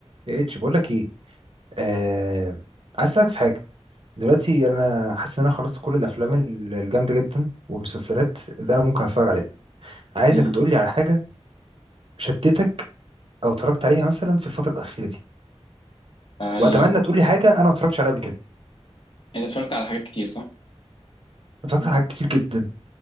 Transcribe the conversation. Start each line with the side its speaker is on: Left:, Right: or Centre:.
Right: يا اتش بقول لك ايه آه... عايز اسالك في حاجه دلوقتي انا حاسس ان انا خلصت كل الافلام ال- الجامده جدا والمسلسلات اللي انا ممكن اتفرج عليها عايزك
Left: مم.
Right: تقول لي على حاجه شدتك او اتفرجت عليها مثلا في الفتره الاخيره دي
Left: ايوه
Right: واتمنى تقول لي حاجه انا ما اتفرجتش عليها قبل كده
Left: انت اتفرجت على حاجات كتير صح؟
Right: اتفرجت على حاجات كتير جدا